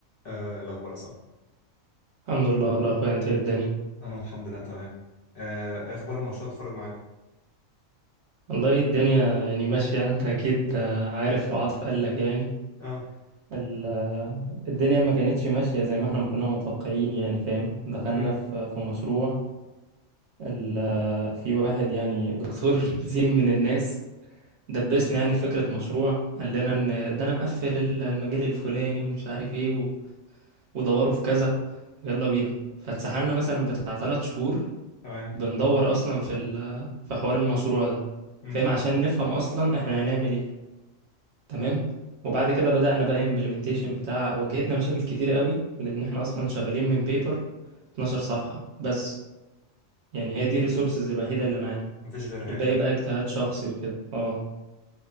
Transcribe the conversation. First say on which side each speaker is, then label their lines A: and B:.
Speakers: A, on the left; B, on the right.
A: آه الأخبار صح
B: الحمد لله والله يا اخويا انت إيه الدنيا
A: أنا الحمد لله تمام آه إيه أخبار المشروع اتخرج معاكم
B: والله الدنيا يعني ماشية انت اكيد آه، عارف وعاطف قال لك يعني
A: أه
B: ال- آه، الدنيا ما كانتش ماشية زي ما احنا ما كنا متوقعين يعني فاهم دخلنا
A: مم.
B: في في مشروع ال- آه، في واحد يعني دكتور <laughs> زين من الناس دبسنا يعني في فكرة مشروع قال لنا ان ده انا مقفل ال- المجال الفلاني ومش عارف ايه و- ودوروا في كذا ويلا بينا فاتسحلنا مثلا بتاع ثلاث شهور
A: تمام
B: بندور اصلا في ال- في حوار المشروع ده
A: مم.
B: فاهم عشان نفهم اصلا احنا هنعمل ايه تمام وبعد كده بدأنا بقى امبلمنتيشن بتاع واجهتنا مشاكل كتير قوي لان احنا اصلا شغالين من بيبر 12 صفحة بس يعني هي دي الريسورسز الوحيدة اللي معانا
A: مفيش غيرها
B: الباقي
A: يعني
B: بقى اجتهاد شخصي وكده اه